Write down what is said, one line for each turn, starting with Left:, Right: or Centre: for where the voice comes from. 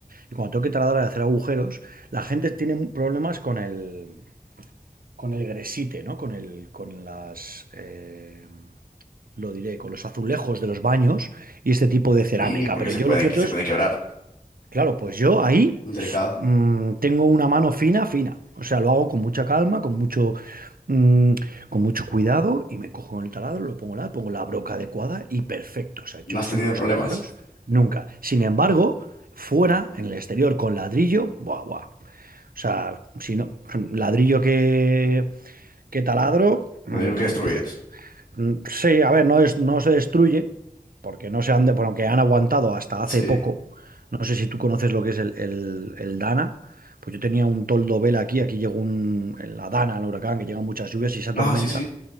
Right: Y cuando tengo que taladrar y hacer agujeros, la gente tiene problemas con el, con el gresite, ¿no? Con el, con las, eh, lo diré, con los azulejos de los baños y este tipo de cerámica.
Left: sí, porque
Right: Pero
Left: se
Right: yo
Left: pueden,
Right: lo cierto
Left: se
Right: es,
Left: pueden quebrar.
Right: claro, pues yo ahí
Left: Un Delicado.
Right: s- mm, tengo una mano fina, fina. O sea, lo hago con mucha calma, con mucho, mm, con mucho cuidado y me cojo el taladro, lo pongo la, pongo la broca adecuada y perfecto. O sea, he hecho
Left: No has
Right: siempre
Left: tenido
Right: unos
Left: problemas.
Right: agujeros, nunca. Sin embargo, fuera, en el exterior, con ladrillo, buah, buah. O sea, si no, <laughs> ladrillo que, que taladro. mm,
Left: No digo que destruyes.
Right: Mm, Sí, a ver, no, es, no se destruye, porque no se han, de- porque han aguantado hasta
Left: Sí.
Right: hace poco. No sé si tú conoces lo que es el, el- el Dana. Pues yo tenía un toldo vela aquí, aquí llegó un, la Dana, el huracán, que llegan muchas lluvias y esa
Left: Ah,
Right: tormenta
Left: sí, sí.